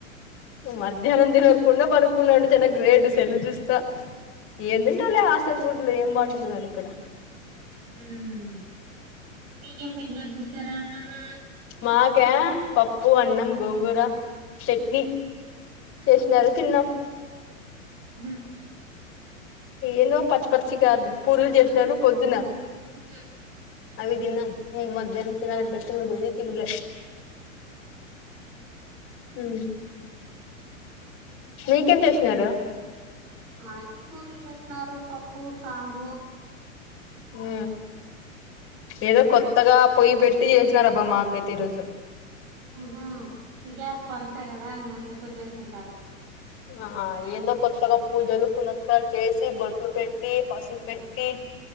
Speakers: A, on the left; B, on the right.
A: నువ్ మధ్యాహ్నం తెలియకుండా పనుకున్నా అండి చిన్న గ్రేడ్ సెల్లు చూస్తా ఏం తింటావులే హాస్టల్ ఫుడ్ ఏం బాగుంటుంది కానీ ఇక్కడ
B: ఊ మీకేం పెట్టినారు చూస్తారా హాస్టల్
A: మాకా పప్పు, అన్నం, గోంగూరా చట్నీ చేసినారు తిన్నాం
B: హు
A: ఏందో పచ్చి పచ్చి కాదు పూరీలు చేసినారు పొద్దున
B: ఉ
A: అవి తిన్నం మధ్యాహ్నం తినాలన్న ఇంట్రెస్ట్ పోయింది తిన్లే హు మీకెంత ఏసినారు
B: మాకి పూరి యేసినారు పప్పు, సాగు
A: ఉ ఏదో కొత్తగా పొయ్యి పెట్టి చేసినార అబ్బా మాకైతే ఈ రోజు
B: అవున గ్యాస్ కొరతా కదా అ అందుకు చేసింటారు
A: ఆ ఏందో కొత్తగా పూజలు పునస్కారం చేసి బొట్లు పెట్టి పసుపు పెట్టి